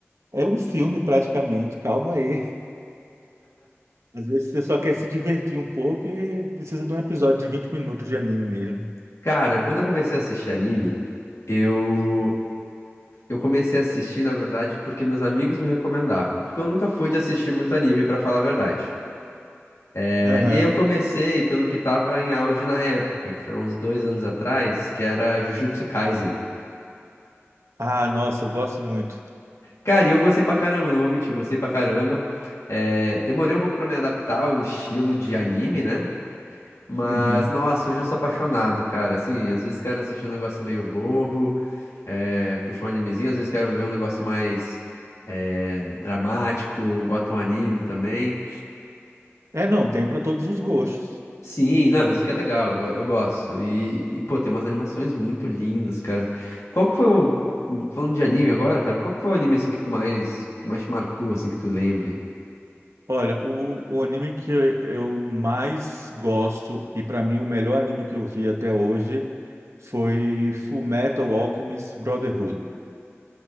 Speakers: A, on the right; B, on the left.
A: é um filme praticamente. Calma aí. <laughs> Às vezes você só quer se divertir um pouco e precisa de um episódio de 20 minutos de anime mesmo.
B: Cara, quando eu comecei a assistir anime, eu eu comecei a assistir, na verdade, porque meus amigos me recomendavam, porque eu nunca fui de assistir muito anime, pra falar a verdade. É,
A: Aham.
B: E aí eu comecei pelo que tava em auge na época, que foi uns dois anos atrás, que era Jujutsu Kaisen.
A: Ah, nossa, eu gosto muito.
B: Cara, e eu gostei pra caramba, não vou mentir, eu gostei pra caramba. É, demorei um pouco pra me adaptar ao estilo de anime, né? Mas,
A: Uhum.
B: nossa, hoje eu sou apaixonado, cara. Assim, às vezes quero assistir um negócio meio bobo, é, puxa um animezinho, às vezes quero ver um negócio mais é, dramático, bota um anime também.
A: É, não, tem para todos os gostos.
B: Sim, não, isso que é legal, eu, go- eu gosto. E, e, pô, tem umas animações muito lindas, cara. Qual que foi o. hum, Falando de anime agora, cara, qual que foi o anime assim que tu mais, que mais te marcou, assim, que tu lembre?
A: Olha, o, o anime que eu eu mais gosto e para mim o melhor anime que eu vi até hoje foi Fullmetal Alchemist Brotherhood.